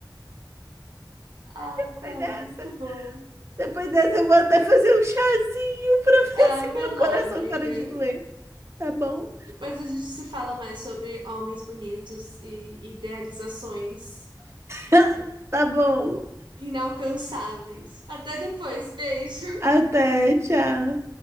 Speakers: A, on the right (about 85°); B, on the right (about 35°).
A: Ai,
B: Depois
A: cara,
B: dessa,
A: muito bom.
B: depois dessa eu vou até fazer um chazinho pra <laughs>
A: Ai,
B: ver se meu
A: vai lá,
B: coração
A: amiga.
B: para de doer, tá bom?
A: Mas a gente se fala mais sobre homens bonitos e idealizações
B: <laughs> Tá bom.
A: inalcançáveis. Até depois, beijo!
B: Até, tchau.